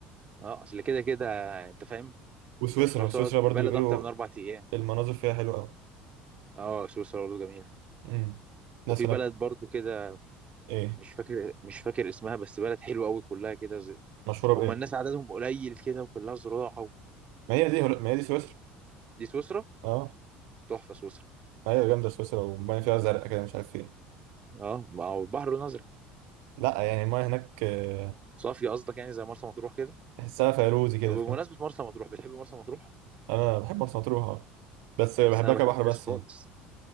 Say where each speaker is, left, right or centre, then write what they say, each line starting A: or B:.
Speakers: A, on the right; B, on the right.
A: اه اصل كده كده انت فاهم
B: وسويسرا
A: انت مش هتروح
B: سويسرا
A: تقعد
B: برضو
A: في بلد
B: بيقولوا
A: اكتر من اربع ايام
B: المناظر فيها حلوه قوي
A: اه سويسرا برضو جميله
B: امم الناس
A: وفي
B: هناك
A: بلد برضو كده
B: ايه
A: مش فاكر مش فاكر اسمها بس بلد حلوه قوي كلها كده زي...
B: مشهوره بايه
A: هم الناس عددهم قليل كده وكلها زراعه و...
B: ما هي دي هول- ما هي دي سويسرا
A: دي سويسرا
B: اه
A: تحفه سويسرا
B: ايوه جامده سويسرا والميه فيها زرقاء كده مش عارف ايه
A: اه ما هو البحر الازرق
B: لا يعني الميه هناك آه،
A: صافي قصدك يعني زي مرسى مطروح كده
B: تحسها فيروزي كده
A: طب بمناسبه
B: فاهم
A: مرسى مطروح بتحب مرسى مطروح
B: انا بحب مرسى مطروح آه. بس بحبها
A: بس انا ما
B: كبحر
A: بحبهاش
B: بس
A: خالص
B: يعني